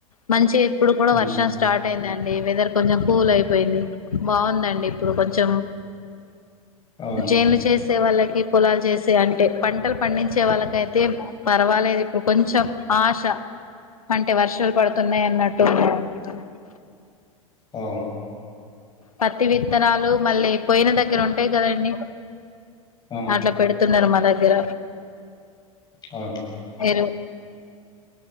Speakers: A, on the left (about 80°); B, on the left (about 20°).
A: మంచిగా ఇప్పుడు కూడా
B: ఉమ్,
A: వర్షం స్టార్ట్ అయిందండి వెదర్ కొంచెం కూల్ అయి పోయింది బాగుందండి ఇప్పుడు కొంచెం
B: అవునా
A: చేనులు
B: అండి
A: చేస్ చేసే వాళ్ళకి పొలాలు చేసే అంటే పంటలు పండించే వాళ్ళకైతే పర్వాలేదు ఇప్పుడు కొంచెం ఆశ అంటే వర్షాలు పడుతున్నాయన్నట్టు ఉన్నాయండి మనకి
B: ఆ
A: పత్తి విత్తనాలు మళ్ళీ పోయిన దగ్గర ఉంటాయి కదండి
B: ఆ
A: అట్లా పెడుతున్నారు మా దగ్గర
B: అవును
A: ఏరు